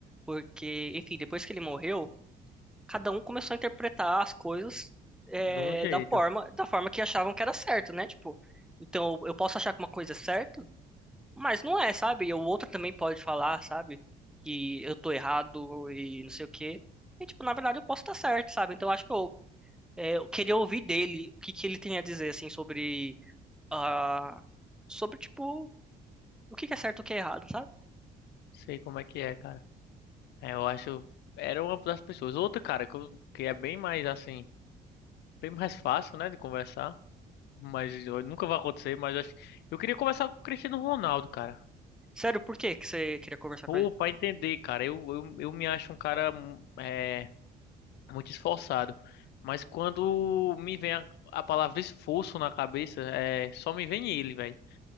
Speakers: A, in the centre; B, on the left (about 75°).
A: porque, enfim, depois que ele morreu, cada um começou a interpretar as coisas, é,
B: De um jeito,
A: da forma, da forma que achavam que era certo, né? Tipo, então, eu posso achar que uma coisa é certa, Mas não é, sabe? E o outro também pode falar, sabe? Que eu tô errado e não sei o quê. E, tipo, na verdade eu posso estar certo, sabe? Então acho que eu, é, eu queria ouvir dele o que que ele tem a dizer, assim, sobre, ah sobre, tipo, o que que é certo e o que é errado, sabe?
B: sei como é que é, cara. É, eu acho, era uma das pessoas. Outra, cara, que, eu- que é bem mais assim, bem mais fácil, né, de conversar. Mas eu- nunca vai acontecer, mas eu acho. Eu queria conversar com o Cristiano Ronaldo, cara.
A: Sério, por que que você queria conversar
B: Pô,
A: com ele?
B: pra entender, cara, eu, eu, eu me acho um cara hum, é, muito esforçado, mas quando me vem a, a palavra esforço na cabeça, é, só me vem ele, velho.